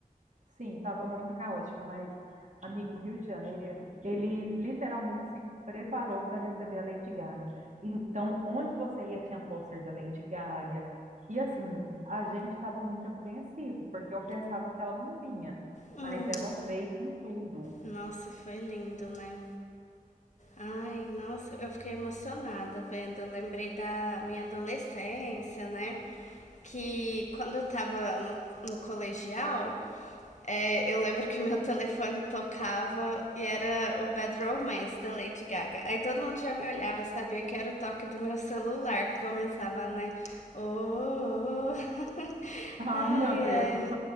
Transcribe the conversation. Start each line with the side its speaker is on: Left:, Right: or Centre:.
Right: Sim, estava muito caótica, mas amigo Rio de Janeiro, ele literalmente se preparou para receber a Lady Gaga. Então, onde você ia tinha pôster da Lady Gaga. E assim, a gente estava muito apreensivo, porque eu pensava que ela não vinha,
Left: Hum,
Right: mas ela veio com tudo. <laughs>
Left: nossa, foi lindo, né? Ai, nossa, eu fiquei emocionada vendo. Eu lembrei da minha adolescência, né? Que quando eu tava no, no colegial, é, eu lembro que meu telefone tocava e era o Bad Romance da Lady Gaga. Aí todo mundo já me olhava, sabia que era o toque do meu celular que começava, né? Oh, oh, oh. <laughs>
Right: Ah,
Left: ai,
Right: meu
Left: ai.
Right: Deus.